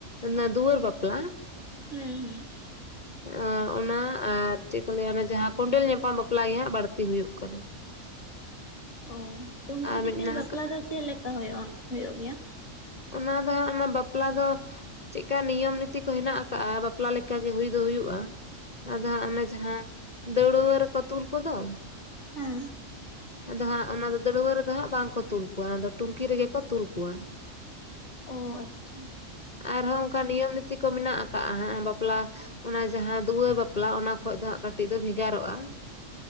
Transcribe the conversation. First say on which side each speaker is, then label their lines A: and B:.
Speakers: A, on the left; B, on the left.
A: ᱚᱱᱟ ᱫᱩᱣᱟᱹᱨ ᱵᱟᱯᱞᱟ᱾
B: ᱦᱮᱸ ᱦᱮᱸ
A: ᱚ ᱚᱱᱟ ᱟᱨ ᱪᱮᱫ ᱠᱚ ᱞᱟᱹᱭᱟ ᱚᱱᱟ ᱡᱟᱦᱟᱸ ᱠᱚᱰᱮᱞ ᱧᱟᱼᱼ ᱯᱟᱢ ᱵᱟᱯᱞᱟ ᱜᱮ ᱦᱟᱸᱜ ᱵᱟᱹᱲᱛᱤ ᱦᱩᱭᱩᱜ ᱠᱟᱱᱟ᱾
B: ᱚ ᱴᱩᱝᱠᱤ
A: ᱟᱨ
B: ᱫᱤᱯᱤᱞ
A: ᱢᱤᱫ ᱦᱮᱱᱟᱜ
B: ᱵᱟᱯᱞᱟ
A: ᱟᱠᱟᱫ
B: ᱫᱚ ᱪᱮᱫ ᱞᱮᱠᱟ ᱦᱩᱭᱩᱜᱼᱟ ᱦᱩᱭᱩᱜ ᱜᱮᱭᱟ?
A: ᱚᱱᱟ ᱫᱚ ᱦᱟᱸᱜ ᱚᱱᱟ ᱵᱟᱯᱞᱟ ᱫᱚ ᱪᱮᱜ ᱠᱟ ᱱᱤᱭᱚᱢ ᱱᱤᱛᱤ ᱠᱚ ᱦᱮᱱᱟᱜ ᱟᱠᱟᱜᱼᱟ ᱵᱟᱯᱞᱟ ᱞᱮᱠᱟ ᱜᱮ ᱦᱩᱭ ᱫᱚ ᱦᱩᱭᱩᱜᱼᱟ᱾ ᱟᱫᱚ ᱦᱟᱸᱜ ᱚᱱᱟ ᱡᱟᱦᱟᱸ ᱫᱟᱹᱲᱣᱟᱹ ᱨᱮᱠᱚ ᱛᱩᱞ ᱠᱚᱫᱚ
B: ᱦᱩᱸᱼᱼ
A: ᱟᱫᱚ ᱦᱟᱸᱜ ᱚᱱᱟ ᱫᱚ ᱫᱟᱹᱲᱣᱟᱹ ᱨᱮᱫᱚ ᱦᱟᱸᱜ ᱵᱟᱝᱠᱚ ᱛᱩᱞ ᱠᱚᱣᱟ ᱚᱱᱟ ᱫᱚ ᱴᱩᱝᱠᱤ ᱨᱮᱜᱮ ᱠᱚ ᱛᱩᱞ ᱠᱚᱣᱟ᱾
B: ᱚ ᱟᱪᱪᱷᱟ
A: ᱟᱨᱦᱚᱸ ᱚᱱᱠᱟ ᱱᱤᱭᱚᱢ ᱱᱤᱛᱤ ᱠᱚ ᱢᱮᱱᱟᱜ ᱟᱠᱟᱜᱼᱟ ᱦᱟᱸᱜ ᱵᱟᱯᱞᱟ ᱚᱱᱟ ᱡᱟᱦᱟᱸ ᱫᱩᱣᱟᱹᱨ ᱵᱟᱯᱞᱟ ᱚᱱᱟ ᱠᱷᱚᱡ ᱫᱚ ᱦᱟᱸᱜ ᱠᱟᱹᱴᱤᱡ ᱫᱚ ᱵᱷᱮᱜᱟᱨᱚᱜᱼᱟ᱾ <inaudible>